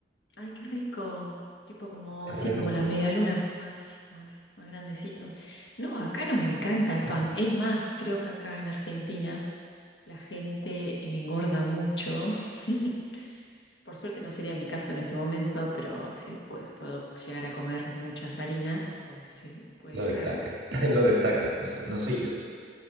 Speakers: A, on the left; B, on the right.
A: Ay, qué rico. Tipo como,
B: Es
A: sí,
B: re
A: como
B: rico.
A: la media luna, más, más, más grandecito. No, acá nos encanta el pan.
B: Mm,
A: Es más, creo que acá en Argentina la gente engorda mucho <laughs> Por suerte no sería mi caso en este momento, pero sí, pues puedo llegar a comer muchas harinas, pues sí, puede
B: Lo
A: ser.
B: destaca, <laughs> lo destaca, no, so- no soy yo.